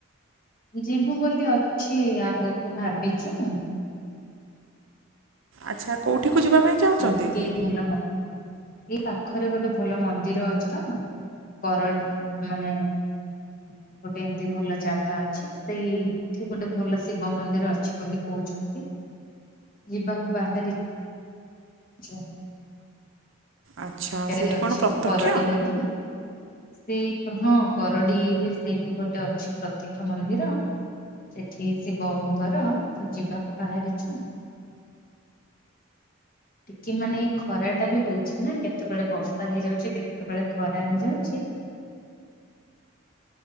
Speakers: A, on the left; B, on the right.
A: ଯିବୁ ବୋଲି ଅଛି ଆଗକୁ ଭାବି ଚୁ।
B: ଆଚ୍ଛା କୋଡ଼ଠିକୁ ଯିବା ପାଇଁ ଚାହୁଁଛନ୍ତି
A: ଏଇ ଟିକେ ଭଲ ମ ଏଇ ପାଖରେ ଗୋଟେ ଭଲ ମନ୍ଦିର ଅଛି ତ ବର ମାନେ ହୁଁ। ଗୋଟେ ଏମିତି ଭଲ ଜାଗା ଅଛି ସେଇଠି ଗୋଟେ ଭଲ ଶିବ ମନ୍ଦିର ଅଛି ବୋଲି କହୁଚନ୍ତି ଯିବାକୁ ବାହାରେ ଛଅ।
B: ଆଚ୍ଛା
A: <unintelligible>
B: ସେଇଠି କ'ଣ ପ୍ରତ୍ୟକ୍ଷ
A: କରଡି ବୋଲି। ସେଇ ହଁ କରଡିରେ ସେଇ ଗୋଟେ ଅଛି ପ୍ରତ୍ୟକ୍ଷ ମନ୍ଦିର ସେଠି ଶିବଙ୍କର ଯିବାକୁ ବାହାରିଛୁ। ଟିକେ ମାନେ ଏଇ ଖରା ଟା ବି ହଉଛି ନା କେତେବେଳେ ବର୍ଷା ହେଇଯାଉଛି କେତେବେଳେ ଖରା ହେଇଯାଉଛି।